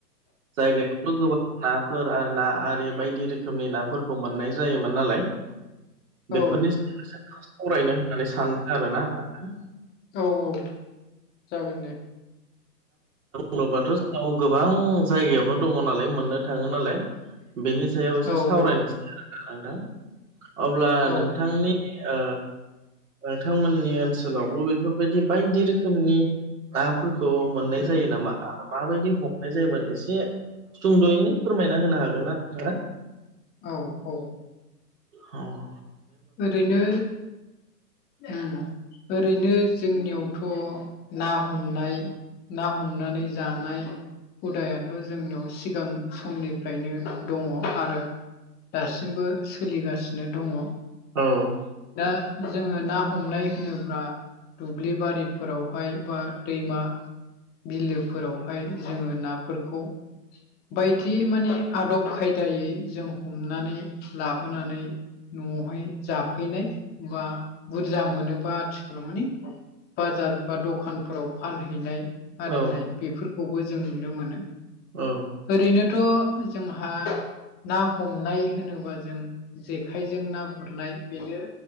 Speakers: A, on the right (about 50°); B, on the left (about 20°).
A: जायगायावथ' गोबां नाफोर आरो ना आरि बायदि रोखोमनि नाफोरखौ मोननाय जायोमोन नालाय। बेफोरनि
B: औ
A: सायाव सावरायनो होननानै सानदों आरोना आङो
B: औ औ जागोन दे।
A: बुङोबाथ' जोंनाव गोबां जायगायावनो दङ नालाय मोननो थाङो नालाय बेनि सायाव एसे
B: औ
A: सावरायनोसै
B: औ
A: आरोना नोंथां अब्ला
B: औ
A: नोंथांनि ओ नोंथांमोननि ओनसोलावबो बेफोरबायदि बायदि रोखोमनि नाफोरखौ मोननाय
B: उम
A: जायो नामा आरो माबायदि हमनाय जायोमोन एसे सुंद'यैनो फोरमायना होनो हागोन ना नोंथाङा?
B: औ औ
A: औ औ
B: ओरैनो ओ ओरैनो जोंनियावथ' ना हमनाय। ना हमनानै जानाय। हुदायाथ' जोंनियाव सिगां समनिफ्रायनो दङ। आरो दासिमबो सोलिगासिनो दङ।
A: औ
B: दा जोङो ना हमनाय होनोब्ला दुब्लि बारिफोरावहाय बा दैमा बिलोफोरावहाय जोङो नाफोरखौ बायदि माने आदब खायदायै जों हमनानै लाबोनानै न'आवहाय जाफैनाय बा बुरजा मोनोबा आथिखालाव माने बाजार बा दखानफोराव फानहैनाय
A: औ
B: आरिनाय बेफोर खौबो जों नुनो मोनो।
A: औ।
B: ओरैनोथ' जोंहा ना हमनाय होनोबा जों जेखाइजों ना गुरनाय बेनो